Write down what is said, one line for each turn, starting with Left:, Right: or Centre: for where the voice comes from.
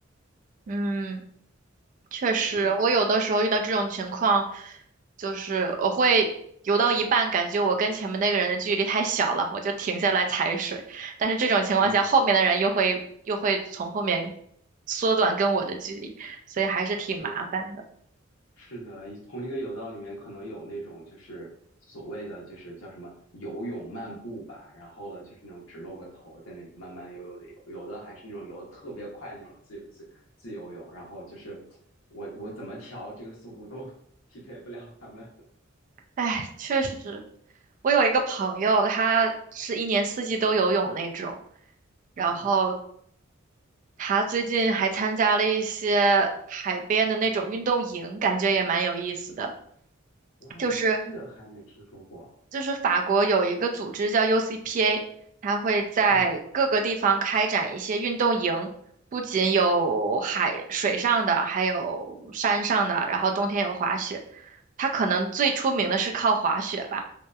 Right: 嗯，确实，
Left: 嗯，
Right: 我有的时候遇到这种情况，就是我会游到一半，感觉我跟前面那个人的距离太小了，我就停下来踩水。但是这种情况下，
Left: 哦，
Right: 后面的人又会又会从后面缩短跟我的距离，所以还是挺麻烦的。
Left: 对的。是的，一同一个泳道里面可能有那种就是所谓的就是叫什么游泳漫步吧，然后了就是那种只露个头在那里慢慢悠悠的游，有的还是那种游的特别快那种自由自自由泳，然后就是我我怎么调这个速度都 <laughs> 匹配不了他们。
Right: 哎，确实，我有一个朋友，他是一年四季都游泳那种，然后
Left: 嗯，
Right: 他最近还参加了一些海边的那种运动营，感觉也蛮有意思的。
Left: 哇，
Right: 就是
Left: 这个还没听说过。
Right: 就是法国有一个组织叫 UCPA，他会在各个地方开展一些运动营，
Left: 嗯，
Right: 不仅有海水上的，还有山上的，然后冬天有滑雪。他可能最出名的是靠滑雪吧，